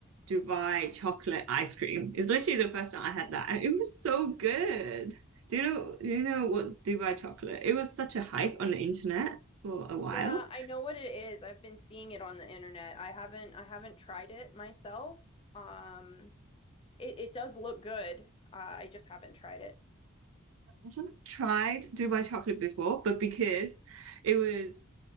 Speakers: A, on the right; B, on the left.
A: Dubai chocolate ice cream. It's literally the first time I had that and it was so good. Do you know do you know what's Dubai chocolate? It was such a hype on the internet for a while.
B: Yeah, I know what it is. I've been seeing it on the internet. I haven't I haven't tried it myself. Um, it, it does look good. Uh, I just haven't tried it.
A: I haven't tried Dubai chocolate before, but because it was